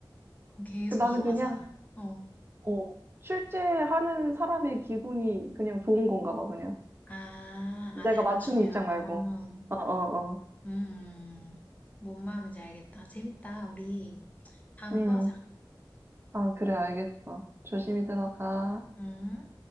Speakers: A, on the left; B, on the right.
A: 그럼 계속
B: 나는
A: 이어가잖아.
B: 그냥
A: 어.
B: 어, 실제 하는 사람의 기분이 그냥 좋은 건가 봐, 그냥.
A: 아,
B: 내가
A: 아, 잘
B: 맞추는
A: 맞추면.
B: 입장 말고. 어, 어, 어.
A: 음, 뭔 마음인지 알겠다. 재밌다. 우리 다음에
B: 음.
A: 또 하자.
B: 아, 그래, 알겠어. 조심히 들어가.
A: 음.